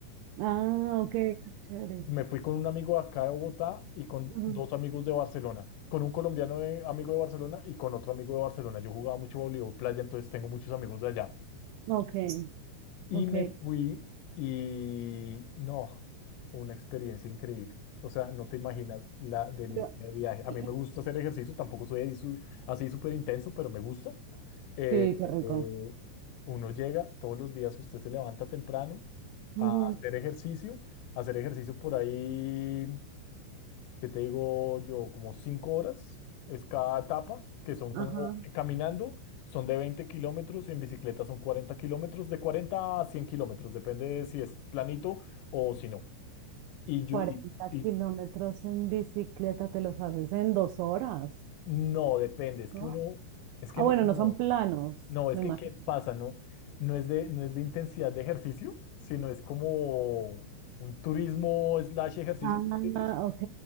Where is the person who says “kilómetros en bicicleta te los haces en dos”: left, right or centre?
Right